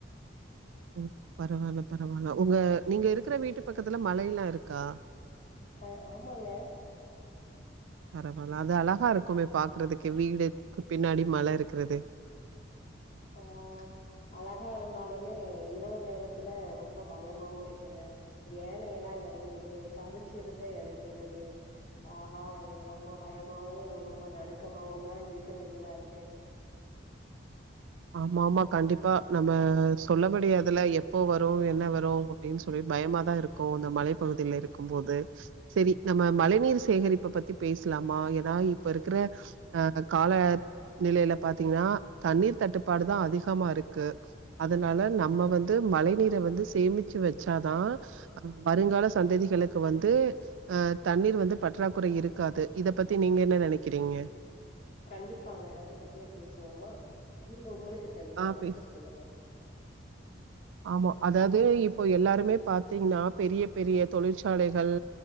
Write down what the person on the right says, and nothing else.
ம் பரவால்ல பரவால்ல உங்க நீங்க இருக்கிற வீட்டு பக்கத்துல மலை எல்லா இருக்கா
பரவால்ல அது அழகா இருக்குமே பாக்குறதுக்கு வீடுக்கு பின்னாடி மலை இருக்கிறது
ஆமாமா கண்டிப்பா நம்ம சொல்ல முடியாதுல்ல எப்போ வரு என்ன வரு அப்டின்னு சொல் பயமாதா இருக்கு இந்த மலைப்பகுதியில இருக்கும்போது செரி நம்ம மழை நீர் சேகரிப்பு பத்தி பேச லாமா ஏனா இப்ப இருக்கிற கால நிலையில பாத்தீங்கனா தண்ணீர் தட்டு ப்பாடுதான் அதிகமா இருக்கு அதனால நம்ம வந்து மழை நீரை வந்து சேமிச்சு வெச்சாதா வருங்கால சந்ததிகளுக்கு வந்து அ தண்ணீர் வந்து பற்றாக்குறை இருக்காது இத பத்தி நீங்க என்ன நெனக்கறீங்க
ஆ.
பே
ஆமா அதாவது இப்போ எல்லாருமே பாத்தீங்கனா பெரிய பெரிய தொழிற்சாலைகள்